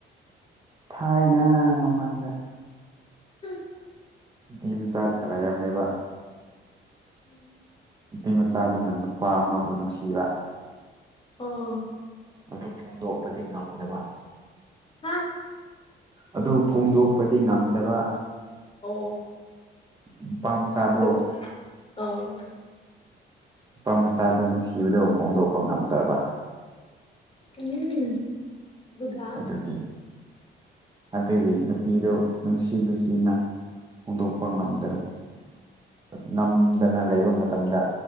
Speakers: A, on the right (about 20°); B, on the left (about 25°).
A: ꯊꯥꯏꯅ ꯃꯃꯥꯡꯗ
B: <unintelligible>
A: ꯅꯨꯄꯤ ꯃꯆꯥ ꯂꯩꯔꯝꯃꯦꯕꯥ
B: <inaudible>
A: ꯅꯨꯄꯤꯃꯆꯥꯗꯨꯅ ꯅꯨꯄꯥ ꯑꯃꯕꯨ ꯅꯨꯡꯁꯤꯕ
B: ꯑꯣ
A: ꯑꯗꯨ ꯐꯣꯡꯗꯣꯛꯄꯗꯤ ꯉꯝꯗꯕ
B: ꯍꯥꯥ
A: ꯑꯗꯨ ꯐꯣꯡꯗꯣꯛꯄꯗꯤ ꯉꯝꯗꯕ
B: ꯑꯣ
A: ꯅꯨꯄꯥ ꯃꯆꯥꯗꯣ
B: ꯑꯗꯨ ꯑꯣ
A: ꯅꯨꯄꯥ ꯃꯆꯥꯗ ꯅꯨꯡꯁꯤꯕꯗꯣ ꯐꯣꯡꯗꯣꯛꯄ ꯉꯝꯗ꯭ꯔꯕ
B: ꯎꯝ ꯑꯗꯨꯒ
A: ꯑꯗꯨꯒꯤ ꯑꯗꯨꯗꯒꯤ ꯅꯨꯄꯤꯗꯨ ꯅꯨꯡꯁꯤ ꯅꯨꯡꯁꯤꯅ ꯍꯣꯡꯗꯣꯛꯄ ꯉꯝꯗ ꯉꯝꯗꯅ ꯂꯩꯕ ꯃꯇꯝꯗ